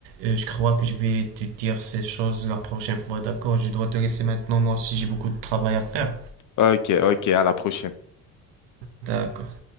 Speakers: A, on the right (about 60°); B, on the left (about 40°).
A: euh, je crois que je vais te dire ces choses la prochaine fois, d'accord? Je dois te laisser maintenant, moi aussi j'ai beaucoup de travail à faire.
B: Ok, ok, à la prochaine.
A: D'accord.